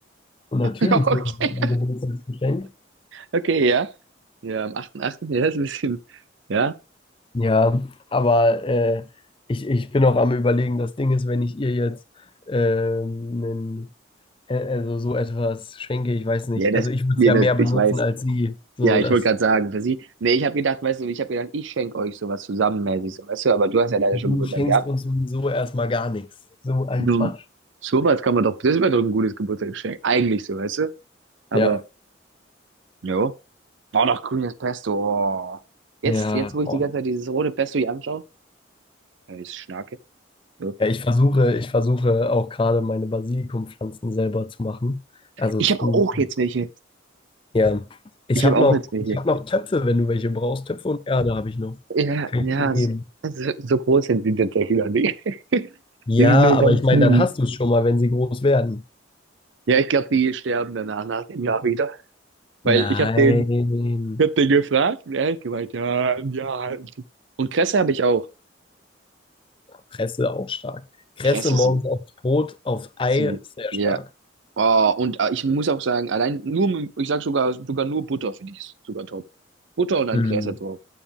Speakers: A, on the left; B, on the right.
A: und natürlich
B: <laughs> Okay.
A: so ein Geburtstagsgeschenk.
B: Okay, ja. Ja, am 8.8. <laughs> Ja, ist ein bisschen. Ja.
A: Ja, aber äh, ich, ich bin auch am Überlegen, das Ding ist, wenn ich ihr jetzt ähm, nen- äh, also so etwas schenke, ich weiß nicht,
B: Ja, das,
A: also ich würde
B: ja,
A: es ja
B: das,
A: mehr benutzen
B: ich weiß.
A: als sie, so
B: Ja, ich
A: das.
B: wollte gerade sagen, für sie. Nee, ich habe gedacht, weißt du, ich habe gedacht, ich schenke euch sowas zusammenmäßig, so, weißt du, aber du hast ja leider
A: Du
B: schon Geburtstag
A: schenkst
B: gehabt.
A: uns sowieso erstmal gar nichts. So ein
B: Du,
A: Quatsch.
B: sowas kann man doch, das wäre doch ein gutes Geburtstagsgeschenk. Eigentlich so, weißt du? Aber,
A: Ja,
B: jo. Oh, noch grünes Pesto. Oh. Jetzt,
A: ja.
B: jetzt, wo ich
A: oh.
B: die ganze Zeit dieses rote Pesto hier anschaue, ja, ich schnarke. So.
A: Ja, ich versuche, ich versuche auch gerade meine Basilikumpflanzen selber zu machen. Also
B: Ich
A: zu,
B: habe auch jetzt welche.
A: ja. Ich
B: Ich
A: habe
B: habe auch
A: noch,
B: jetzt welche.
A: ich habe noch Töpfe, wenn du welche brauchst. Töpfe und Erde habe ich noch.
B: Ja,
A: Kann
B: ja,
A: ich dir geben.
B: so, so groß sind sie tatsächlich noch nicht. <laughs>
A: Ja,
B: Die sind nur
A: aber
B: ganz
A: ich meine,
B: mini.
A: dann hast du es schon mal, wenn sie groß werden.
B: Ja, ich glaube, die sterben danach, nach dem Jahr wieder. Weil
A: Nein.
B: ich habe den, ich hab den gefragt und er hat gemeint, ja, ja. Und Kresse habe ich auch.
A: Kresse auch stark. Kresse
B: Kresse
A: morgens
B: sind,
A: aufs Brot, aufs Ei,
B: sind
A: sehr
B: ja.
A: stark.
B: Oh, und äh, ich muss auch sagen, allein nur, mit- ich sag sogar, sogar nur Butter finde ich ist sogar top. Butter und dann
A: Mhm.
B: Kresse drauf.